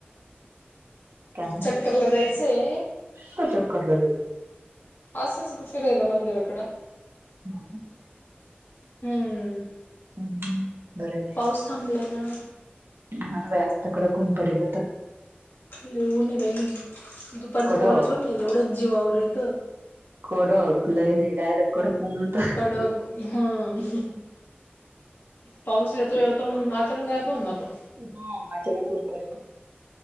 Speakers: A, on the right; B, on the left.
A: काय म्हणते
B: चक्क करायलाला जायचंय.
A: तो चक्करला जाते
B: असच ग फिरायला मंदिराकडं.
A: <unintelligible>
B: हम्म
A: हम्म बरं आहे.
B: थांबलाय ना.
A: <unintelligible> असस्तकडं कोन पडेल होत.
B: लई ऊणे बाई दुपारीच
A: कडक
B: कॉलेजवर नाही एवढंच जीवावर येतं.
A: कडक लई नाही डायरेक्त्त कडक ऊन हुत.
B: कडक हं हम्म. पाऊस येतो येतो म्हणून आचानक गायप होऊन जातो.
A: हा अचानक ऊन पडत.